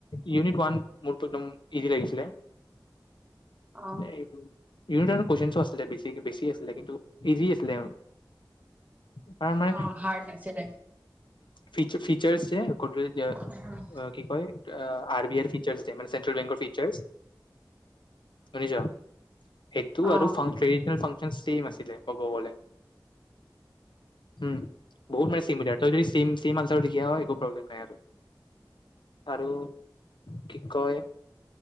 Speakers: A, on the left; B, on the right.
A: ইউনিট ওৱান মোৰতো একদম ইজি লাগিছিলে। স
B: অ
A: <unintelligible> ইউনিট ওৱান কুৱেশনো আছিলে বেছি আছিলে কিন্তু ইজি আছিলে। কাৰ আমাৰ
B: অ হাৰ্ড নাছিলে
A: ফ ফিচৰ্ যে গ
B: অ
A: কি কিয় ৰ বি আই ফ্ৰিচাৰ্চ মানে চেণ্ট্ৰেল বেংকৰ ফ্ৰিচাৰ্চ শুনি চ সেইটো
B: অ
A: আৰু ফ্ৰাং কেদিত ফ্ৰাং ছেম আছিলে কব গলে। উম, বহুত মানে চিমলাৰ যদি চিম চেইম আাৰটোখা <unintelligible> হয় একো প্ৰব্লেম নাই আৰু। আৰু কি কয়